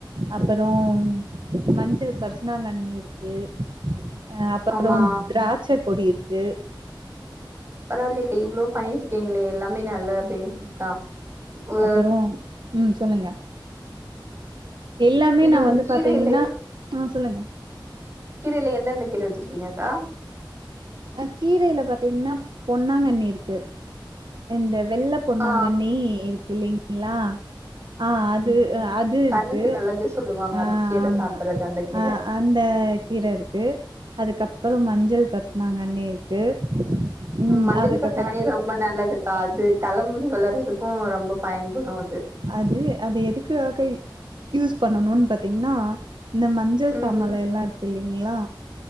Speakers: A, on the right (about 65°); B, on the right (about 30°).
A: அப்புறோ மஞ்சள் கரிசலாங்கண்ணியிருக்கு அ அப்புறோ
B: ஆமா
A: திராட்சை கொடி இருக்கு
B: பரவல்லிக்ளே இவ்ளோ பண்ணியிருக்கீங்களே எல்லாமே நல்ல பெனிஃபிட் தா அ
A: அப்புறோ ம் சொல்லுங்க எல்லாமே
B: இது
A: நா வந்து
B: கீரையில
A: பாத்தீங்கன்னா சொல்லுங்க
B: கீரையில எந்தெந்த கீர வச்சிருக்கீங்கக்கா
A: அ கீரையில பாத்தீங்கன்னா பொன்னாங்கண்ணி இருக்கு இந்த வெள்ள பொன்னாங்கண்ணி
B: ஆ
A: இருக்கு இல்லைங்ளா ஆ அது அது
B: கண்ணுக்கு
A: இருக்கு
B: நல்லது சொல்லுவாங்க
A: ஆ
B: அது கீர
A: ஆமா
B: சாப்பிடுறது அந்த கீர
A: ஆ இந்த கீர இருக்கு அதுக்கப்பறம் மஞ்சள் கரிசலாங்கண்ணி இருக்கு ம்
B: மஞ்சள்
A: அதுக்கப்பறோ
B: கரிசலாங்கண்ணி ரொம்ப நல்லதுக்கா அது தலைமுடி வளர்றதுக்கு ரொம்ப பயன்படு அது
A: அது அது எதுக்காக யூஸ் பண்ணணுனு பாத்தீங்னா இந்த ம ஞ்சள்
B: ம்
A: காமாலை எல்லா இருக்கு இல்லைங்ளா